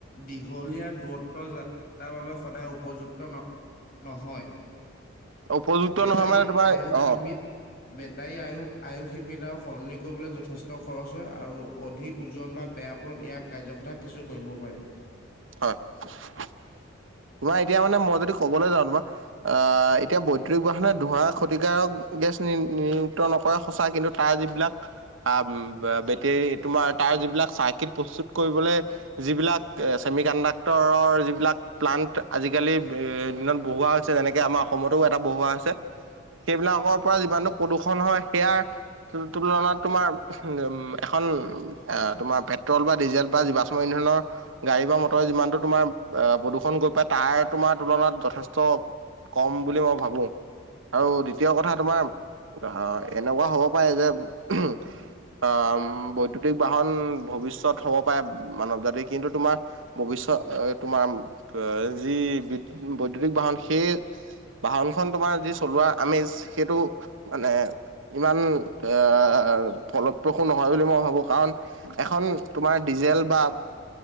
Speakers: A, on the left; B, on the right.
A: দীঘলীয়া দূৰত্ব যাত্ৰাৰ বাবে সদায় উপযুক্ত ন নহয়।
B: উপযুক্ত
A: বেটাৰী
B: নহয় মানে তোমাৰ
A: আয়ু সীমিত
B: অ'
A: বেটাৰী আয়ু আয়ুস সীমিত আও সলনি কৰিবলৈ যথেষ্ট খৰচ হয় আৰু অধিক ওজন বা বেয়া পথত ইয়াৰ কাৰ্যকতা কিছু কম পাৰে।
B: হয়। তোমাৰ এতিয়া মানে মই যদি কবলৈ যাওঁ তোমাক আ, এতিয়া বৈদ্যুতিক বাহনে ধোঁৱা ক্ষতিকাৰক গেছ নি নিয়ুক্ত নকৰে সঁচা কিন্তু তাৰ যিবিলাক আহ বেটৰী তোমাৰ তাৰ যিবিলাক চাৰকিত প্ৰস্তুত কৰিবলে- যিবিলাক চেমি কণ্ডাক্টৰৰ যিবিলাক- প্লান্ত আজিকালি ভে দিনত বহোৱা হৈছে যেনেকে আমাৰ অসমতো এটা বহোৱা হৈছে- সেইবিলাকৰ পৰা যিমানটো প্ৰদূষণ হয় সেইয়াৰ- তুল তুলনাত তোমাৰ উহুম এখন তোমাৰ পেট্ৰল বা ডিজেল বা যিবাচ- ম ইন্ধনৰ- গাড়ী বা মটৰে যিমানটো তোমাৰ আহ প্ৰদূষণ গৈ পাই তাৰ তোমাৰ তুলনাত যথেষ্ট- কম বুলি মই ভাবো আৰু দ্বিতীয় কথা তোমাৰ- অ এনেকুৱা হ'ব পাৰে যে- অঁ বৈদ্যুতিক বাহন ভৱিষ্যত হ'ব পাৰে মানৱ জাতিৰ কিন্তু তোমাৰ- ভৱিষ্যত তোমাৰ আহ যি বি বৈদ্যুতিক বাহন সেই- বাহনখন তোমাৰ যি চলোৱা আমেজ সেইটো মানে- ইমান এ ফলপ্ৰসূ নহয় বুলি মই ভাবো কাৰণ, এখন তোমাৰ ডিজেল বা-